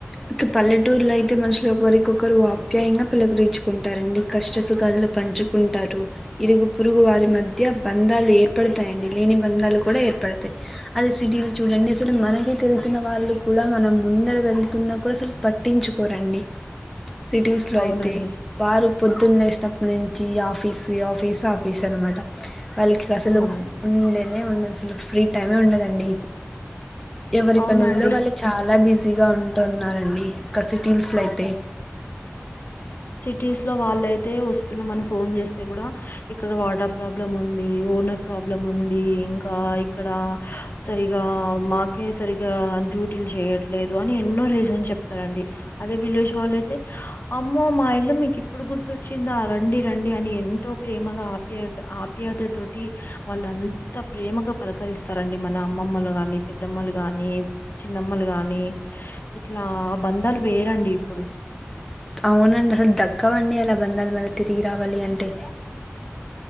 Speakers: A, in the centre; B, on the left.
A: ఇక పల్లెటూరులో అయితే మనుషులు ఒకరికొకరు ఆప్యాయంగా పలకరిచ్చుకుంటారం డి కష్ట సుఖాల్లు పంచుకుంటారు, ఇరుగు పొరుగు వారి మధ్యా బంధాలు ఏర్పడతాయని. లేని బంధాలు కూడా ఏర్పడతాయి. అదే సిటీలో చూడండి అసలు మనకే తెల్ ల్సిన వాళ్లు కూడా మనం ముందర వెళ్తున్నా కూడా అసల్ పట్టించుకోరండి. సిటీస్ లో అయితే
B: అవునండి
A: వారు. పొద్దున్న్ లేసినప్పటి నుంచీ ఆఫీస్ ఇగ ఆఫీస్, ఆఫీస్ అనమాట. వాళ్లకి అసలు
B: అవునండి
A: ఉండనే ఉండదు అసలు. ఫ్రీ టైమే ఉండదండి. ఎవరి
B: అవునండి
A: పనుల్లో వాళ్లు చాలా బిజీగా ఉంటున్నారండి. ఇంకా సిటీల్ స్లో అయితే.
B: సిటీస్లో వాళ్లయితే వస్తున్నామని ఫోన్ చేస్తే గూడా, ఇక్కడ వాటర్ ప్రాబ్లం ఉందీ ఒ ఓనర్ ప్రాబ్లం ఉందీ, ఇంకా ఇక్కడా సరిగా మాకే సరిగా అం డ్యూటీలు చేయట్లేదు అని ఎన్నో రీజన్ చెప్తారండి. అదే విలేజ్ వాళ్ళు అయితే అమ్ ఓ మా ఇల్లు మీకు ఇప్పుడు గుర్తొచ్చిందా రండి రండి అని ఎంతో ప్రేమగా ఆప్యాగ ఆప్యాయతతొ తోటీ వాళ్లు అంత ప్రేమగా పలకరిస్తారండి మన అమ్మమ్మలు గాని పెద్దమ్మలు గానీ. చిన్నమ్మలు గానీ. ఇట్లా ఆ బంధాలు వేరండి ఇప్పుడు.
A: అవునండి అసల్ దక్కవండి అలా బంధాలు మళ్ళ తిరిగి రావాలి అంటే.